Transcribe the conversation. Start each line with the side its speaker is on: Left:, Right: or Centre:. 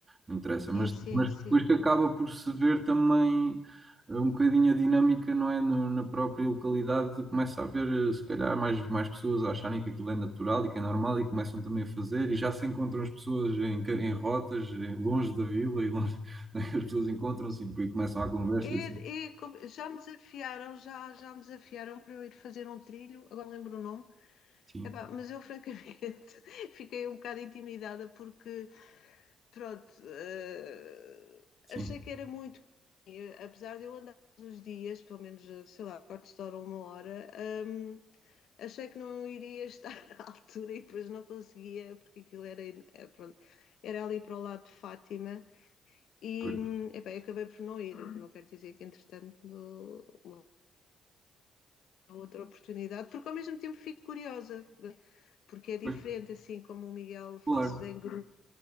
Right: não interessa, mas,
Left: sim, sim,
Right: mas
Left: sim.
Right: depois que acaba por se ver também eh, um bocadinho a dinâmica, não é? No- na própria localidade começa a haver eh, se calhar mais, mais pessoas a acharem que aquilo é natural e que é normal e começam também a fazer e já se encontram as pessoas em, ca- em rotas, eh, longe da vila e longe, <laughs> as pessoas encontram-se e, e começam a conversa
Left: É-
Right: e assim.
Left: é como- já me desafiaram, já, já me desafiaram para eu ir fazer um trilho, agora não lembro o nome,
Right: Sim,
Left: Epá, mas eu francamente <laughs> fiquei um bocado intimidada porque Pronto, eh,
Right: sim.
Left: achei que era muito, e, apesar de eu andar todos os dias, pelo menos, eh, sei lá, quartos de hora, ou uma hora, hum, achei que não iria estar <laughs> à altura e depois não conseguia, porque aquilo era, in- eh, pronto, era ali para o lado de Fátima e,
Right: Por-
Left: hum, epá, eu acabei por não ir, o que não quero dizer que entretanto uma outra oportunidade, porque ao mesmo tempo fico curiosa, né? porque é diferente,
Right: por-
Left: assim como o Miguel faz
Right: Claro.
Left: em grupo,